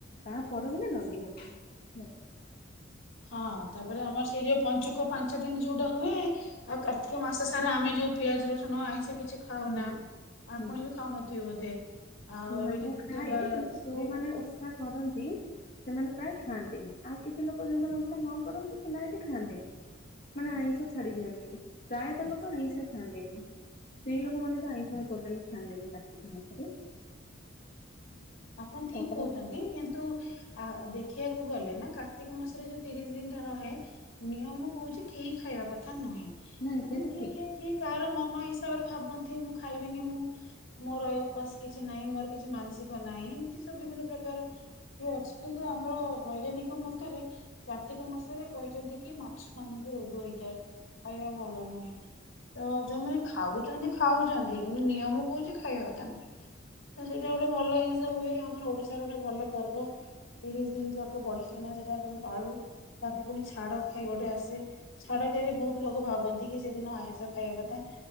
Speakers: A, on the left; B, on the left.
A: ତା ପରଦିନ ଡଙ୍ଗି ଭସା। ହୁଁ।
B: ହଁ ତାପରେ ଆମର ସେଇ ଯୋଉ ପଞ୍ଚୁ କ ପାଞ୍ଚ ଦିନ ଯୋଉଟା ହୁଏ ଆଉ କାର୍ତ୍ତିକ ମାସ ସାରା ଆମେ ଯୋଉ ପିଆଜ ରସୁଣ ଆଇଁଷ କିଛି <unintelligible> ଖାଉନା
A: ହୁଁ ହୁଁ ହୁଁ।
B: ଆପଣ ବି ଖାଉନଥିବେ ବୋଧେ। ଆଉ
A: ନା
B: ଏବେ
A: ମୁଁ
B: ଯୋଉ ବିଧବା
A: ଖାଏ କିନ୍ତୁ
B: ସ୍ତ୍ରୀ
A: ଯୋଉମାନେ
B: ଲୋକ
A: ଓଷା କରନ୍ତି। ସେମାନେ ପ୍ରାୟେ ଖାଆନ୍ତିନି ଆଉ କିଛି ଲୋକ ଯେଉଁମାନେ ଓଷା ନ କରନ୍ତି ସେମାନେ ବି ଖାଆନ୍ତିନି। ସେମାନେ ଆଇଁଷ ଛାଡି ଦିଅନ୍ତି। ପ୍ରାୟତଃ ଲୋକ ଆଇଁଷ ଖାଆନ୍ତିନି। ସ୍ତ୍ରୀ ଲୋକମାନେ ତ ଆଇଁଷ ଟୋଟାଲି ଖାଆନ୍ତିନି କାର୍ତ୍ତିକ ମାସରେ।
B: ଆପଣ ଠିକ୍
A: ତାପରେ
B: କୋହୁଚନ୍ତି କିନ୍ତୁ ଆ ଦେଖିବାକୁ ଗଲେ ନା କାର୍ତ୍ତିକ ମାସରେ ଯୋଉ ତିରିଶ ଦିନଟା ରହେ। ନିୟମ କୋହୁଚି କେହି ଖାଇବା କଥା ନୁହେଁ କିନ୍ତୁ
A: ନାଇଁ ସେଇଟା
B: କିଏ
A: ଠିକ
B: କିଏ କିଏ କାହାର ମନ ହିସାବରେ ଭାବନ୍ତି ମୁଁ ଖାଇବିନି। ମୁଁ ମୋର ଏ ଉପାସ କିଛି ନାହିଁ ମୋର କିଛି ମାନସିକ ନାହିଁ ଏମିତି ସବୁ ବିଭିନ୍ନ ପ୍ରକାର ଇଏ ଅଛି କିନ୍ତୁ ଆମର ବୈଜ୍ଞାନିକ ମତରେ କାର୍ତ୍ତିକ ମାସରେ କହିଚନ୍ତି କି ମାଛ ମାନଙ୍କୁ ରୋଗ ହେଇଥାଏ। ଖାଇବା ଭଲ ନୁହେଁ। ତ ଯୋଉମାନେ ଖାଉଚନ୍ତୀ ଖାଉଚନ୍ତି କିନ୍ତୁ ନିୟମ କୋହୁଚୀ ଖାଇବା କଥା ନୁହେଁ। ତ ସେଇଟା ଗୋଟେ ଭଲ ଜିନିଷ ହୁଏ। ଆମର ଓଡିଶାର ଗୋଟେ ଭଲ ପର୍ବ। ତିରିଶ ଦିନି ଯାକ ବଢିଆ କିନା ସେଟା ଆମେ ପାଳୁ ତାପରେ ଫୁଣି ଛାଡ ଖାଇ ଗୋଟେ ଆସେ। ଛାଡଖାଇ ରେ ବୋହୁତୁ ଲୋକ ଭାବନ୍ତି କି ସେଦିନ ଆଇଁଷ ଖାଇବା କଥା।